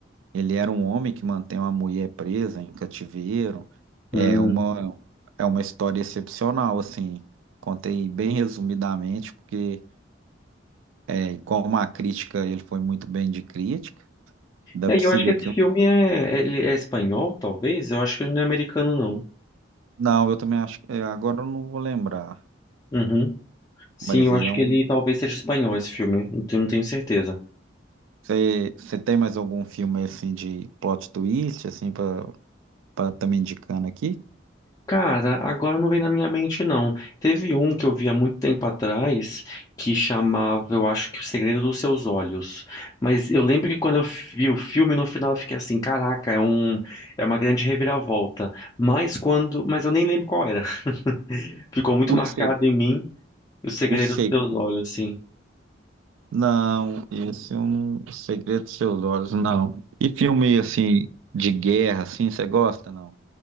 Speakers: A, on the right; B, on the left.
A: ele era um homem que mantém uma mulher presa em cativeiro. É
B: hum.
A: uma, é uma história excepcional, assim. Contei bem resumidamente, porque é, como a crítica, ele foi muito bem de crítica. Dá
B: É,
A: para
B: E eu
A: se
B: acho
A: ver
B: que esse
A: que
B: filme é, ele é espanhol, talvez? Eu acho que ele não é americano, não.
A: Não, eu também acho. é, agora eu não vou lembrar,
B: Uhum. Sim,
A: mas
B: eu
A: ele
B: acho
A: é
B: que
A: um.
B: ele talvez seja espanhol, esse filme. Não tenho, não tenho certeza.
A: Você você tem mais algum filme assim de plot twist, assim, pra estar tá me indicando aqui?
B: Cara, agora não vem na minha mente, não. Teve um que eu vi há muito tempo atrás que chamava, eu acho que O Segredo dos Seus Olhos. Mas eu lembro que quando eu vi o filme, no final eu fiquei assim, caraca, é um, é uma grande reviravolta. Mas quando, mas eu nem lembro qual era. <laughs> Ficou muito
A: O,
B: marcado
A: se...
B: em mim O Segredo
A: o Segredo?
B: dos Seus Olhos, assim.
A: Não, esse eu não. O Segredo dos Seus Olhos, não. E filme assim, de guerra, assim, você gosta, não?